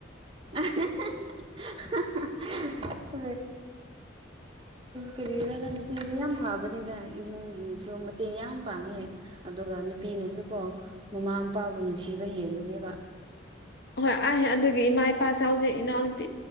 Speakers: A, on the right; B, on the left.
A: <unintelligible> ꯀꯦꯔꯤꯌꯔꯗ ꯅꯨꯄꯤꯁꯤꯦ ꯌꯥꯝ ꯐꯥꯕꯅꯤꯗ ꯏꯃꯨꯡꯒꯤꯁꯨ ꯃꯇꯦꯡ ꯌꯥꯝꯝ ꯄꯥꯉ꯭ꯒꯦ ꯑꯗꯨꯒꯥ ꯅꯨꯄꯤ ꯅꯥ ꯁꯨ ꯀꯣ ꯃꯥꯃꯥ ꯃꯄꯥ ꯅꯁꯨ ꯅꯨꯡꯀꯕꯥ ꯍꯦꯅꯕꯅꯦ ꯕꯥ
B: ꯍꯣꯏ ꯑꯩ ꯑꯗꯨꯒꯤ ꯏꯃꯥ ꯏꯄꯥ ꯆꯥꯎꯖꯦ ꯏꯅꯥꯎꯅꯨꯄꯤ